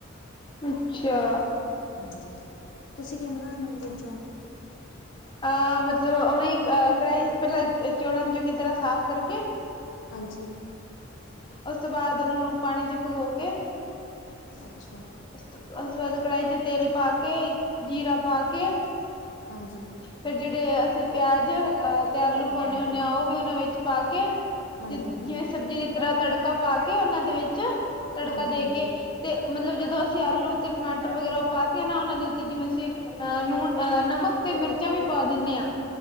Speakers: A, on the left (about 25°); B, on the left (about 65°).
A: ਅੱਛਾ।
B: ਹਾਂਜੀ, ਤੁਸੀਂ ਕਿਵੇਂ ਬਣਾਉਣੇ ਓ ਨਮਕੀਨ ਚੌਲ
A: ਅਹ ਮਤਲਬ, ਉਵੇਂ ਅਹ ਕੜਾਹੀ ਪਹਿਲਾਂ ਚੋਲਾਂ ਨੂੰ, ਚੰਗੀ ਤਰ੍ਹਾਂ ਸਾਫ਼ ਕਰਕੇ
B: ਹਾਂਜੀ।
A: ਉਸ ਤੋਂ ਬਾਅਦ ਉਹਨਾਂ ਨੂੰ ਪਾਣੀ ਇਚ ਭਗੋ ਕੇ
B: ਅੱਛਾ।
A: ਓਸ ਤੋ ਬਾਅਦ ਕੜਾਹੀ ਚ ਤੇਲ ਪਾ ਕੇ, ਜ਼ੀਰਾ ਪਾ ਕੇ
B: ਹਾਂਜੀ।
A: ਫੇ਼ਰ ਜਿਹੜੇ, ਅਸੀਂ ਪਿਆਜ਼ ਅ ਤੇ ਆਲੂ
B: ਹਾਂ
A: ਪਾਉਂਣੇ ਹੁਣੇ ਆ, ਉਹ ਵੀ ਉਹਨਾਂ ਵਿੱਚ ਪਾ ਕੇ
B: ਹਾਂਜੀ
A: ਜੀ,
B: ਹਾਂਜੀ
A: ਜਿਵੇਂ
B: ਹਾਂਜੀ
A: ਸਬਜ਼ੀ ਤਰ੍ਹਾਂ ਤੜਕਾ ਪਾ ਕੇ, ਉਹਨਾਂ ਦੇ ਵਿੱਚ ਤੜਕਾ
B: ਹਾਂਜੀ
A: ਦੇ ਕੇ, ਤੇ ਮਤਲਬ ਜਦੋਂ ਅਸੀਂ ਆਲੂ ਤੇ ਟਮਾਟਰ ਵਗੈਰਾ, ਉਹ ਪਾਤਿਆ ਉਹਨਾਂ ਦੇ ਉੱਤੇ ਜਿਵੇਂ ਅਸੀਂ ਅਹ ਨੂਨ, ਅਹ ਨਮਕ ਤੇ ਮਿਰਚਾਂ ਵੀ ਪਾ ਦਿਣੇ ਆ